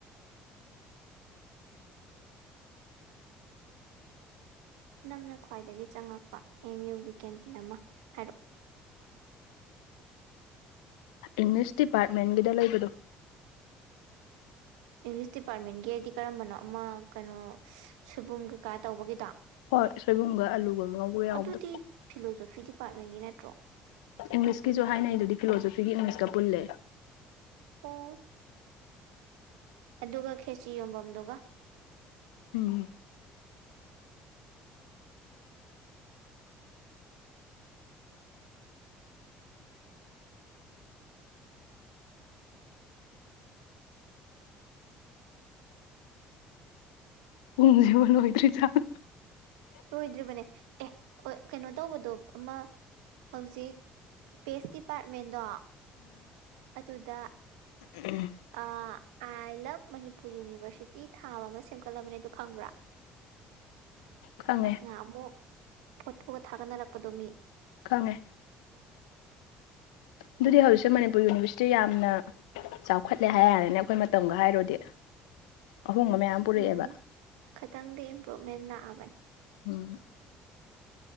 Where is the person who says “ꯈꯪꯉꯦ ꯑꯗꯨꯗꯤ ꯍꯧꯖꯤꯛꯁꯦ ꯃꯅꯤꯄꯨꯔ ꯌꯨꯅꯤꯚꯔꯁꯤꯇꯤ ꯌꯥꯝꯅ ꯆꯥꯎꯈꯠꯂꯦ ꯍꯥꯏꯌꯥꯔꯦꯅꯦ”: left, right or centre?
Left